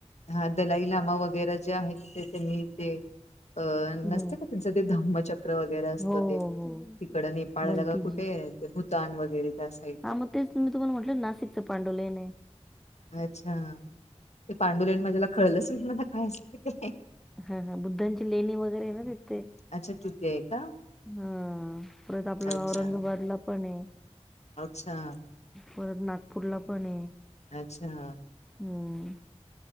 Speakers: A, on the left (about 70°); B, in the centre.
A: हा दलाई लामा वगैरे जे आहेत तेनी ते अ नसते
B: हम्म
A: का. त्यांचं ते धम्मचक्र वगैरे असतं
B: हो
A: ते
B: हो
A: तिकड
B: हो
A: नेपाळाला
B: भंतीजी
A: का कुठे आहे. भूतान वगैरे त्या साई.
B: हा मग तेच मी तुम्हाला म्हटलं नाशिकचचे पांडवले नाही.
A: अच्छा ते पांडुले आणि माझ्याला खळलंच नाही मला काय अस ते.
B: हा हा बुद्धांची लेणी वगैरे आहे ना तिथे.
A: अच्छा तृती आहे का.
B: हम परत आपलं
A: अच्छा
B: औरंगाबाद ला पण आहे.
A: अच्छा
B: परत नागपूरला पण आहे.
A: अच्छा!
B: हम्म